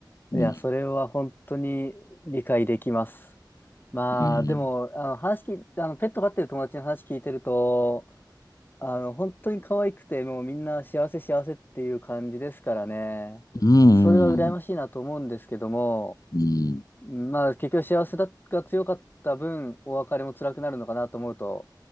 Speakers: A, on the left; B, on the left.
A: いや、
B: うん、
A: それは本当に理解できます。まあ、
B: うん、
A: でも、あの、話聞い、あの、ペット飼ってる友達の話聞いてると、あの、本当に可愛くて、もうみんな幸せ幸せっていう感じですからね。
B: うん、
A: それは羨ましいなと思うんですけども、
B: うん、うん
A: まあ、結局幸せだが強かった分、お別れも辛くなるのかなと思うと、